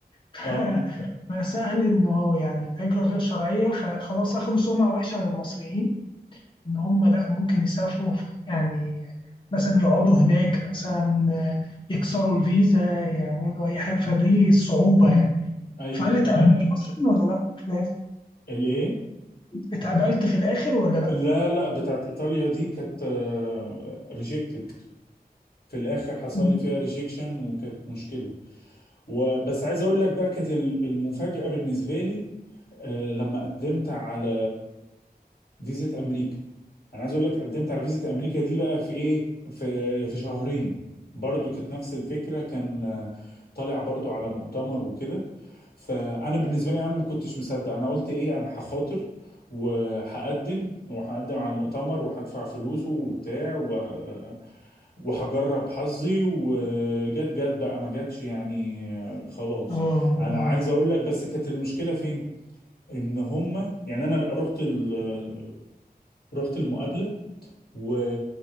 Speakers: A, on the left; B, on the left.
A: <laughs>
B: اه
A: فسهل إنه يعني الهجرة غير شرعية فخلاص أخدوا سمعة وحشة عن المصريين إن هما لأ ممكن يسافروا ف- يعني مثلا يقعدوا هناك مثلا آه، يكسروا الفيزا يعملوا أي حاجة فدي الصعوبة يعني
B: ايوه
A: فهل اتقابلت
B: ايوه
A: أصلا ولا لأ؟ في الآخر؟
B: الايه
A: اتقابلت في الآخر ولا لأ؟
B: لا لا بتاعت ايطاليا دي كانت ريجكتد في الاخر حصل
A: اه
B: لي فيها ريجكشن وكانت مشكلة وبس عايز اقول لك بقى كانت ال- المفاجأة بالنسبة لي آه، لما قدمت على فيزا امريكا انا عايز اقول لك قدمت على فيزا امريكا دي بقى في ايه في في شهرين برضو كانت نفس الفكره كان آه، طالع برضو على مؤتمر وكده فانا بالنسبه لي انا ما كنتش مصدق انا قلت ايه انا هخاطر وهقدم وهقدم على المؤتمر وهدفع فلوسه وبتاع و- وهجرب حظي وجت جت بقى ما جاتش يعني آه، خلاص
A: اه
B: انا عايز اقول لك بس كانت المشكله فين ان هم يعني انا رحت ال... رحت المقابله و...